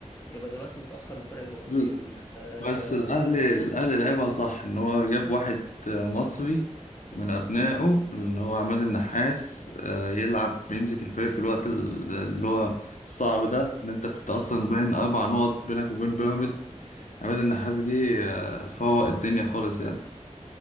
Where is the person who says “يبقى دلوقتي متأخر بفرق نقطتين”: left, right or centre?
Left